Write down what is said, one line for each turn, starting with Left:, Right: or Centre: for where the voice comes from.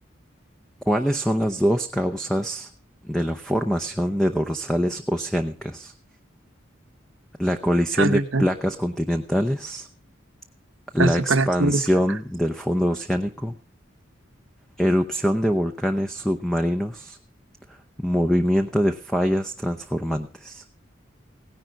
Centre: ¿Cuáles son las dos causas de la formación de dorsales oceánicas? ¿La colisión
Right: A ver,
Centre: de placas continentales? ¿La
Right: la separación
Centre: expansión
Right: de placas,
Centre: del fondo oceánico? ¿Erupción de volcanes submarinos? ¿Movimiento de fallas transformantes?